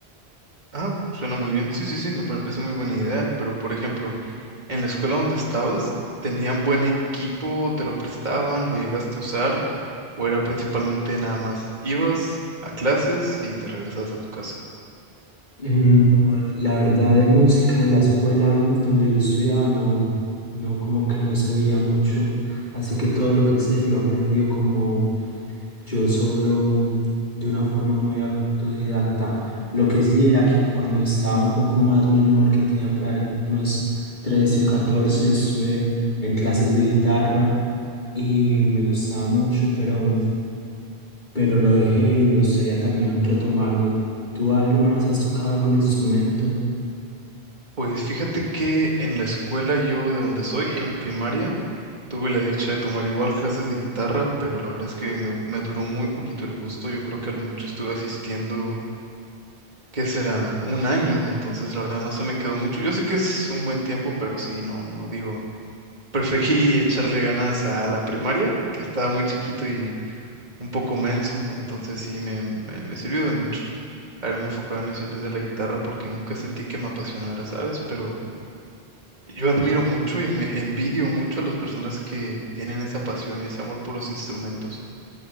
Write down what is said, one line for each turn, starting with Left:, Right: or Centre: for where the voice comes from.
Right: Ah, suena muy bien. Sí, sí, sí, me parece muy buena idea. Pero, por ejemplo, en la escuela donde estabas, ¿tenían buen equipo? ¿Te lo prestaban? ¿Lo llegaste a usar? ¿O era principalmente nada más ibas a clases y te regresabas a tu casa?
Left: Mm, no, la verdad de música en la escuela donde yo estudiaba no, no como que no se veía mucho, así que todo lo que sé lo he aprendido como yo solo, de una forma muy autodidacta. Lo que sí era que cuando estaba un poco más menor, que tenía por ahí unos 13 o 14 estuve en clases de guitarra y me gustaba mucho, pero, pero lo dejé y me gustaría también retomarlo. ¿Tú alguna vez has tocado algún instrumento?
Right: Pues fíjate que en la escuela yo de donde soy, en primaria, tuve la dicha de tomar igual clases de guitarra, pero la verdad es que me, me duró muy poquito el gusto. Yo creo que a lo mucho estuve asistiendo ¿Qué será un año, entonces la verdad no se me quedó mucho. Yo sé que es un buen tiempo, pero sí, no, no digo, <laughs> preferí echarle ganas a la primaria, que estaba muy chiquito y un poco menso, entonces sí me, me, me sirvió de mucho. Ahora me enfocaba en eso en vez de la guitarra porque nunca sentí que me apasionara, ¿sabes? Pero yo admiro mucho y me envidio mucho a las personas que tienen esa pasión y ese amor por los instrumentos.